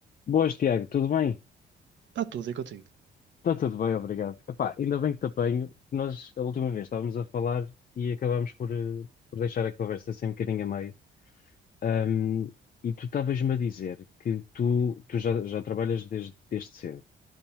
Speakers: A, on the left; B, on the right.
A: Boas, Tiago, tudo bem?
B: Está tudo aí contigo.
A: Está tudo bem, obrigado. Epá, ainda bem que te apanho. Nós, a última vez, estávamos a falar e acabámos por, eh, por deixar a conversa assim um bocadinho a meio. Ahm, e tu estavas-me a dizer que tu, tu já, já trabalhas desde, desde cedo